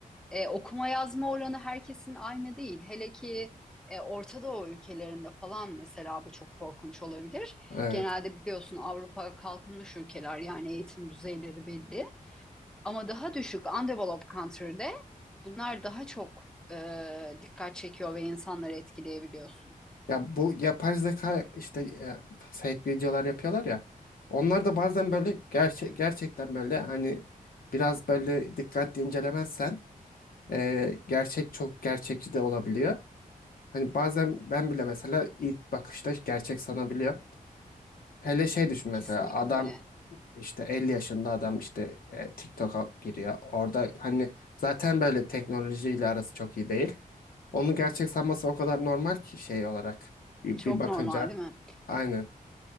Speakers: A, in the centre; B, on the left.
A: e, okuma yazma oranı herkesin aynı değil. Hele ki e, Orta Doğu ülkelerinde falan mesela bu çok korkunç olabilir.
B: Evet.
A: Genelde biliyorsun Avrupa kalkınmış ülkeler yani eğitim düzeyleri belli. Ama daha düşük undeveloped country'de bunlar daha çok e, dikkat çekiyor ve insanları etkileyebiliyorsun.
B: Ya bu yapay zeka işte e, fake videolar yapıyorlar ya. Onlar da bazen böyle
A: Hı hı.
B: gerçek gerçekten böyle hani biraz böyle dikkatli incelemezsen e, gerçek çok gerçekçi de olabiliyor. Hani bazen ben bile mesela ilk bakışta gerçek sanabiliyor. Hele şey düşün mesela
A: Kesinlikle
B: adam
A: öyle.
B: işte 50 yaşında adam işte e, TikTok'a giriyor. Orada hani zaten böyle teknolojiyle arası çok iyi değil. Onu gerçek sanması o kadar normal ki şey olarak bir
A: Çok
B: bir bakınca.
A: normal değil mi?
B: Aynen.